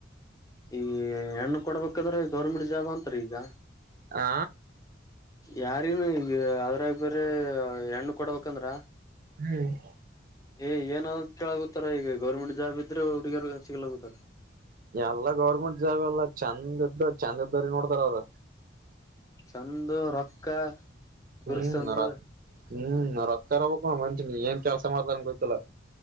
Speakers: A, on the left; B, on the right.
A: ಈ ಹೆಣ್ಣು ಕೊಡ್ಬೇಕಾದ್ರೆ ಗೌರ್ಮೆಂಟ್ ಜಾಬ್ ಅಂತರಿ ಈಗ
B: ಆ
A: ಯಾರನು ಈ ಅದ್ರಾಗ ಬೇ್ರ ಹೆಣ್ಣ ಕೊಡಬೇಕಂದ್ರ
B: ಹ್ಮ್
A: ಏ ಏಾದ ಕೇಳಳಗುತ್ತಾರ ಈಗ ಗೌರ್ಮೆಂಟ್ ಜಾಬ್ ಇದ್ರೆ ಹುಡುಗರು ಸಿಗ್ಲಾಗುತ್ತಾರ
B: ಎಲ್ಲ ಗೌರ್ಮೆಂಟ್ ಜಾಬ್ ಎಲ್ಲ ಚೆಂದ ಇದ್ದ ಚಂದ ಇದ್ದ್ರ ನೋಡ್ತಾರ ಅವ್ರ
A: ಚಂದು ರೊಕ್ಕ
B: ಹ್ಮ್
A: ಬಿರ್ಸಂದ
B: ನತ್ ಹ್ಮ್ ನಾವತ್ಕಾರಬಕ್ ಮಷ ಏನ್ ಕೆಲ್ಸ ಮಾಡ್ಲನ್ ಗೊಲ್ಲ